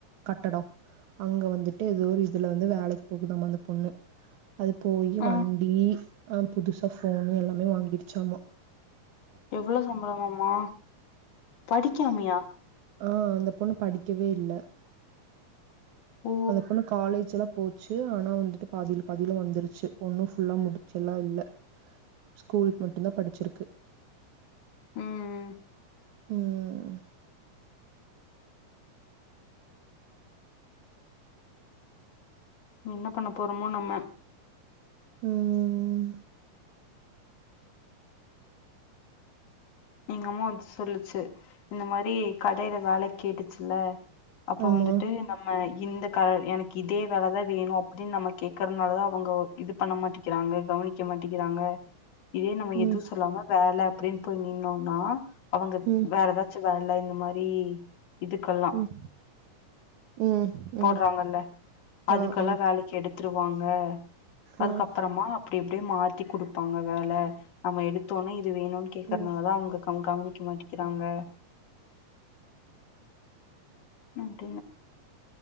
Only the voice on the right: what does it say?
கட்டடோ அங்க வந்துட்டு ஏதோ ஒரு இதுல வந்து வேலைக்கு போகுதாம அந்த பொண்ணு அது போயி
வண்டி ஆஹ் புதுசா ஃபோனு எல்லாமே வாங்கிருச்சாம
ஆஹ் அந்த பொண்ணு படி க்கவே இல்ல
அந்த பொண்ணு காலேஜல்லா போ ச்சு ஆனா வந்துட்டு பாதியில பாதியில வந்துருச்சு ஒன்னு ஃபுல்லா முடிச்சல்லா இல்ல ஸ்கூலுக்கு மட்டுந்தா படிச்சிருக்கு
உம் ம்
உம்
ஆமா
ம்
ம்
ம் ம்
ம்
ஆ ஆ
ம்
ம்